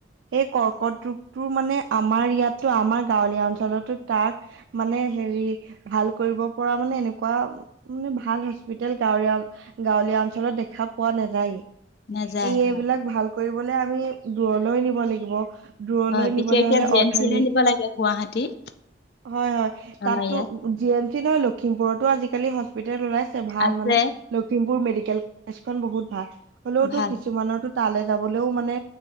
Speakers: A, on the right; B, on the left.
A: সেই কৰ্কট ৰোগটো মানে আমাৰ ইয়াতো আমাৰ গাঁৱলীয়া অঞ্চলতো তাক মানে হেৰি ভাল কৰিব পৰা মানে এনেকুৱা মানে ভাল হস্পিতেল গাঁৱীয়া গাঁৱলীয়া অঞ্চলত দেখা পোৱা নাযায়।
B: নাযায়
A: এই এইবিলাক
B: হয়
A: ভাল কৰিবলে আমি দূৰলৈ নিব লাগিব। দূৰলৈ
B: হয়, বিশেষকে
A: নিবলৈ হলে
B: জে
A: অৰ্থনী
B: এম চিলে নিব লাগে গুৱাহাটীত।
A: হয়, হয় তাতো
B: আমাৰ ইয়াত
A: জি এম চি নহয় লখিমপুৰতো আজি আজিকালি হস্পিতেল ওলাইছে ভাল
B: আছে
A: মানে, লখিমপুৰ মেডিকেল কলেজ খন বহুত ভাল। হলেওতো
B: ভাল
A: কিছুমানৰো তালৈ যাবলেও মানে